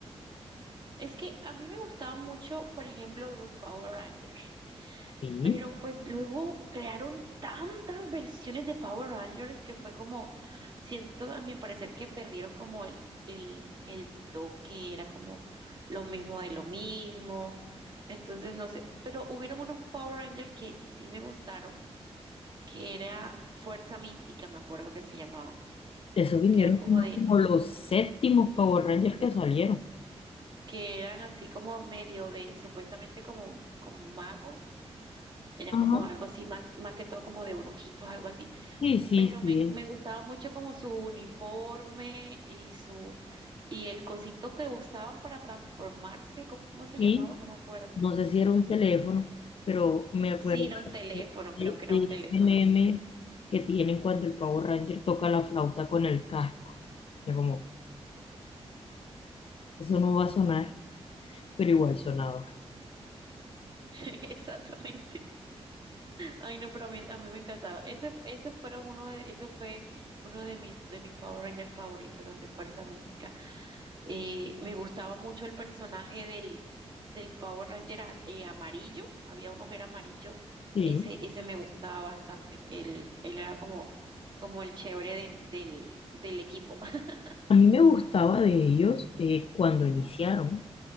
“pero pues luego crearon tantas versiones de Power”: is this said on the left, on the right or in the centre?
Right